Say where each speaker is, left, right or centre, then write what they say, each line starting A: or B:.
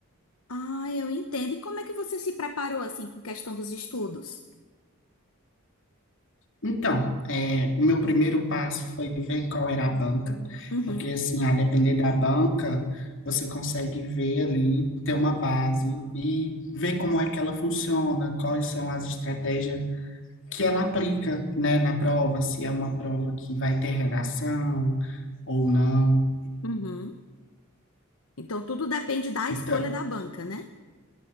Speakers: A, on the left; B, on the left.
A: Ah, eu entendo. E como é que você se preparou assim com questão dos estudos?
B: Então, é, o meu primeiro passo foi ver qual era a banca,
A: Uhum.
B: porque assim, a depender da banca, você consegue ver ali, ter uma base e ver como é que ela funciona, quais são as estratégias que ela aplica, né, na prova, se é uma prova que vai ter redação ou não.
A: Uhum. Então tudo depende da
B: Então,
A: escolha da banca, né?